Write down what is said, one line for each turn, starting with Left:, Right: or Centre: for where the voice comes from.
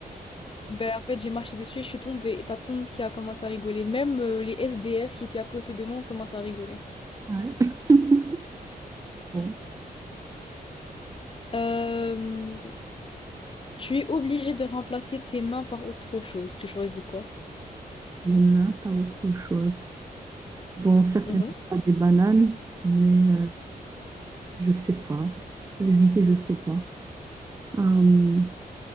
Left: Ben, en fait, j'ai marché dessus et je suis tombée. Et T'as tout le monde qui a commencé à rigoler. Même euh, les SDF qui étaient à côté de moi ont commencé à rigoler.
Right: Ouais. <laughs> Bon,
Left: Euh, tu es obligé de remplacer tes mains par autre chose. Tu choisis quoi?
Right: mes mains, pas autre chose. Bon, certainement
Left: Mhm.
Right: pas des bananes, mais euh, je sais pas. La vérité, je sais pas. Euh,